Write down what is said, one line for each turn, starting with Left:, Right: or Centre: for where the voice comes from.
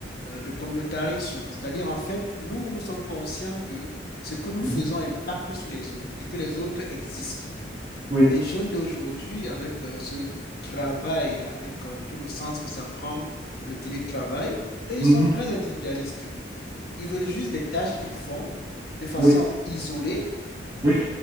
Left: euh, de communautarisme. C'est-à-dire, en fait, nous, nous sommes conscients que ce que nous
Right: Mhm.
Left: faisons impacte sur les autres et que les autres existent.
Right: Oui.
Left: Les jeunes d'aujourd'hui, avec euh, ce travail, avec euh, tout le sens que ça prend et le télétravail, eux, ils
Right: Mhm.
Left: sont très individualistes. Ils veulent juste des tâches qu'ils font de façon
Right: Oui.
Left: isolée
Right: Oui.